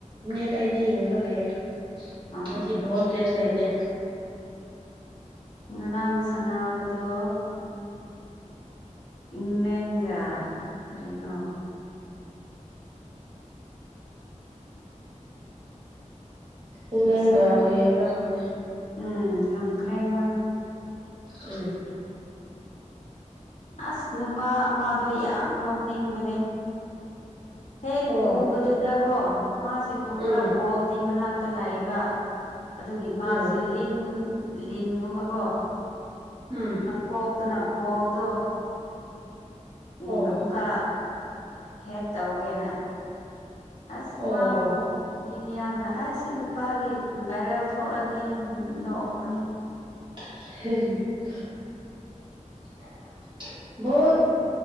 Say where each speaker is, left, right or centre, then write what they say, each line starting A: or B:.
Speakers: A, on the right; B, on the left.
A: ꯃꯤꯅꯤꯠ ꯑꯗꯨꯋꯥꯏꯗ ꯌꯦꯡꯉꯒ ꯂꯩꯑꯦ
B: ꯑꯥ
A: ꯑ ꯣꯟ ꯀ꯭ꯔꯦꯁ ꯍꯥꯏꯥꯏꯇ
B: ꯉꯔꯥꯡ ꯁꯥꯟꯅꯕꯗꯣ ꯏꯪꯂꯦꯟꯒ ꯀꯔꯤꯅꯣ
A: ꯏꯪꯂꯦꯟꯒ
B: ꯑ ꯁ
A: ꯀꯔꯤ ꯍꯥꯏꯕ꯭ꯔꯥ ꯈꯪꯗꯦ
B: ꯎꯝ ꯉꯝꯈ꯭ꯔꯦ ꯃꯣꯏ
A: ꯎꯝ
B: ꯑꯁ ꯅꯨꯄꯥ ꯑꯃꯗꯣ ꯌꯥꯝ ꯅꯣꯛꯅꯤꯡꯕꯅꯦ ꯍꯦꯛ
A: ꯑꯣ
B: ꯇꯨꯕꯗꯨꯗꯀꯣ ꯃꯥꯁꯦ ꯇꯨꯔꯒ
A: ꯎꯝ
B: ꯕꯣꯜꯗꯤ ꯃꯅꯥꯛꯇ ꯂꯥꯛꯑꯦꯕ ꯑꯗꯨꯒꯤ ꯃꯥꯁꯦ
A: ꯎꯝ
B: ꯂꯤꯟ ꯂꯤꯟꯒꯨꯝꯕꯀꯣ
A: ꯎꯝ
B: ꯀꯣꯛꯛꯇꯅꯕꯣꯜꯗꯣ ꯎꯝ
A: ꯑꯣ
B: ꯑꯃꯨꯛꯀ ꯍꯦꯠ ꯇꯧꯒꯦꯅ ꯑꯁ
A: ꯑꯣ
B: ꯃꯥꯕꯨ ꯃꯤ ꯃꯌꯥꯝꯅ ꯑꯩꯁ ꯁꯤ ꯅꯨꯄꯥꯒꯤ ꯚꯥꯏꯔꯦꯜ ꯊꯣꯛꯂꯅꯤ ꯍꯥꯏꯅ ꯅꯣꯛꯄꯅꯤ
A: <unintelligible> ꯚꯣꯏꯠ